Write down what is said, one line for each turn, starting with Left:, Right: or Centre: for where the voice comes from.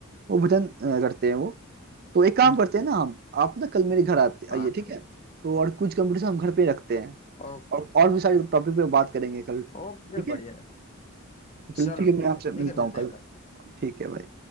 Right: वो भजन अ, करते हैं वो तो एक
Left: ओके
Right: काम करते हैं ना हम आप ना कल मेरे घर आते
Left: हाँ
Right: आइए ठीक
Left: ठीक
Right: है तो और कुछ कंपटीशन हम घर पे रखते हैं
Left: ओके
Right: और और भी सारे टॉपिक पे बात करेंगे कल
Left: ओके
Right: ठीक है
Left: बढ़िया है
Right: तो चलिए
Left: चलो
Right: ठीक है
Left: ठीक
Right: मैं आपसे
Left: है
Right: मिलता
Left: ठीक है
Right: हूँ
Left: मिलते
Right: कल
Left: हैं कल
Right: ठीक है भाई